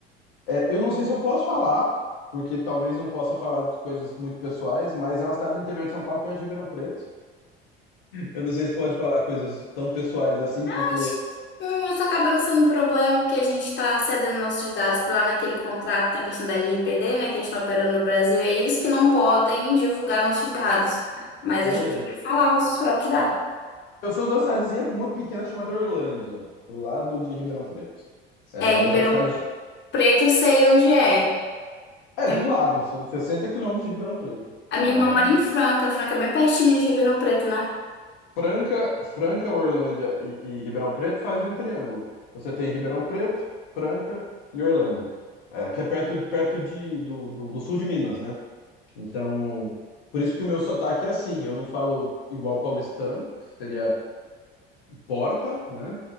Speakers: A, on the left; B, on the left.
A: É, eu não sei se eu posso falar, porque talvez não possa falar de coisas muito pessoais, mas é uma cidade do interior de São Paulo, perto de Ribeirão Preto. Eu não sei se pode falar coisas tão pessoais assim,
B: Acho
A: porque.
B: que hum, isso acaba não sendo um problema, porque a gente está cedendo nossos dados lá naquele contrato, tem a questão da LGPD, né? Que eles estão operando no Brasil. É eles que não podem divulgar nossos dados. tá? Mas
A: Então,
B: a
A: beleza.
B: gente pode falar nossos próprios dados.
A: Eu sou de uma cidadezinha muito pequena chamada Orlândia, do lado de Ribeirão Preto. É,
B: É, Ribeirão
A: mas é uma cidade
B: Preto, eu sei onde é.
A: É,
B: É-
A: do lado, são 60 quilômetros de Ribeirão Preto.
B: A
A: É,
B: minha irmã mora em Franca. Franca é bem pertinho de Ribeirão Preto, né?
A: Franca, Franca, Orlândia e, e Ribeirão Preto fazem um triângulo. Você tem Ribeirão Preto, Franca e Orlândia, é, que é perto, de- perto de, do, do, do sul de Minas, né? Então, por isso que o meu sotaque é assim. Eu não falo igual paulistano, que seria porta, né?